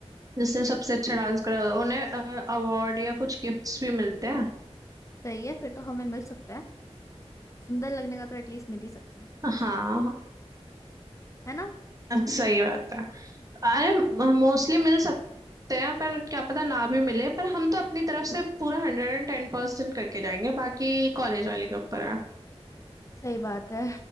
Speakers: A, on the right (about 30°); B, on the left (about 30°).
A: जिसने सबसे अच्छा डांस करा होता है उन्हें अवार्ड या कुछ गिफ्ट्स भी मिलते हैं
B: सही है फिर तो हमें मिल सकता है सुंदर लगने का तो एटलीस्ट मिल ही सकता है
A: हाँ
B: है ना
A: सही बात है अरे मोस्टली मिल सकते हैं पर क्या पता ना भी मिले पर हम तो अपनी तरफ से पूरा हंड्रेड एंड टेन परसेंट करके जाएंगे बाकी कॉलेज वाले के ऊपर है
B: सही बात है